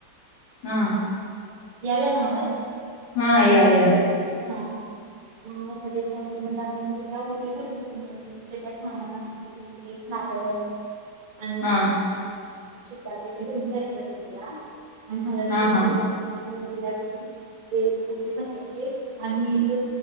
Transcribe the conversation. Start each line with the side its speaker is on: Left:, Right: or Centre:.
Left: हम्
Right: याला ना अवाज
Left: हा यालय यलेय
Right: ह मगच्या होट आप होटद्ल सामास नाग <unintelligible>
Left: हा
Right: आणि के <unintelligible> टयला <unintelligible> आणि हा
Left: हां,
Right: बिकु
Left: हां.
Right: <inaudible> दिला नाही ते रटी बनची <inaudible> आणि एक